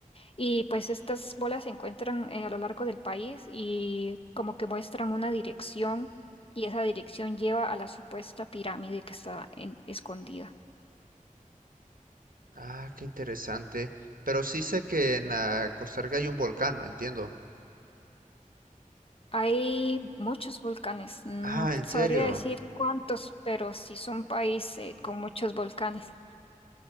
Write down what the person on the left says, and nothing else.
y pues estas bolas se encuentran eh, a lo largo del país y como que muestran una dirección y esa dirección lleva a la supuesta pirámide que está en- escondida.
Hay muchos volcanes, no
te
sabría decir cuántos, pero sí son países eh, con muchos volcanes.